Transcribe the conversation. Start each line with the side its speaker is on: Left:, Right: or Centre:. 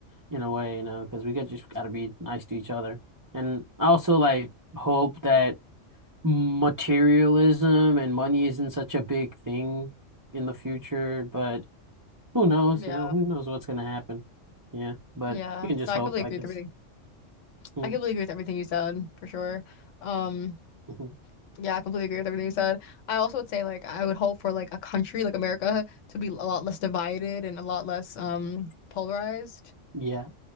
Right: in a way, you know, because we got just got to be nice to each other. And I also like hope that materialism and money isn't such a big thing in the future, but who knows,
Left: Yeah.
Right: you know, who knows what's gonna happen? Yeah, but
Left: Yeah.
Right: you can just
Left: No,
Right: hope,
Left: I completely
Right: I
Left: agree
Right: guess.
Left: with everything.
Right: Mm,
Left: I completely agree with everything you said, for sure. Um,
Right: mhm.
Left: yeah, I completely agree with everything you said. I also would say like I would hope for like a country like America to be a lot less divided and a lot less um polarized.
Right: Yeah.